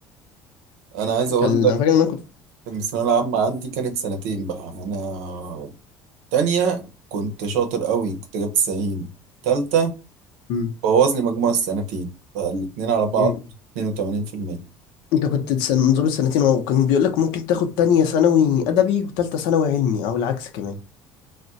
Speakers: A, on the right (about 80°); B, on the left (about 75°).
A: انا عايز اقول
B: كان
A: لك
B: انا فاكر ان انا كنت
A: ان الثانوية العامة عندي كانت سنتين بقى انا تانية كنت شاطر قوي كنت جايب 90 تالتة
B: مم.
A: بوظ لي مجموع السنتين فالاتنين على بعض
B: مم.
A: 82%
B: انت كنت سن- نظام السنتين واو كان بيقول لك ممكن تاخد تانية ثانوي ادبي وتالتة ثانوي علمي او العكس كمان